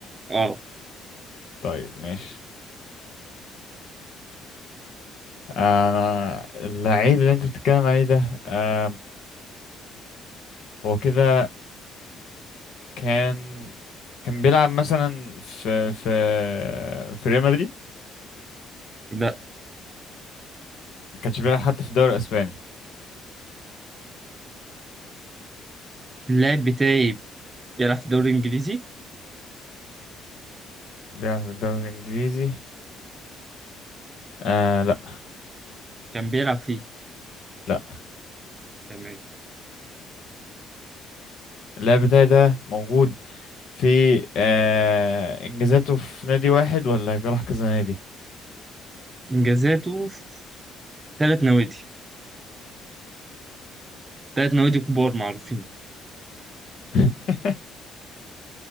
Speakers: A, on the right (about 20°); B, on the left (about 65°).
A: اه
B: طيب ماشي آه، انا اللعيب اللي انت بتتكلم عليه ده آه... هو كده كان كان بيلعب مثلا في في في ريال مدريد
A: لا
B: ما كانش بيلعب حتى في الدوري الاسباني
A: اللاعب بتاعي بيلعب في الدوري الانجليزي
B: بيلعب في الدوري الانجليزي آه لا
A: كان بيلعب فيه
B: لا
A: تمام
B: اللاعب بتاعي ده موجود في آه انجازاته في نادي واحد ولا راح كذا نادي
A: انجازاته في ثلاث نوادي ثلاث نوادي كبار معروفين
B: <laughs>